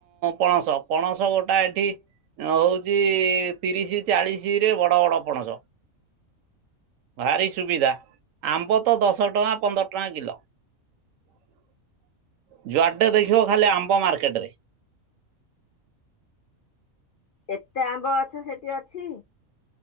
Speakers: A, on the right; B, on the left.
A: ପଣସ ପଣସ ଗୋଟା ଏଠି ହଉଛି ତିରିଶ ଚାଳିଶ ରେ ବଡ ବଡ ପଣସ। ଭାରି ସୁବିଧା ଆମ୍ବ ତ ଦଶ ଟଙ୍କା ପନ୍ଦର ଟଙ୍କା କିଲୋ । ଯୁଆଡେ ଦେଖିବ ଖାଲି ଆମ୍ବ ମାର୍କେଟ ରେ।
B: ଏତେ ଆମ୍ବ ଗଛ ସେଠି ଅଛି।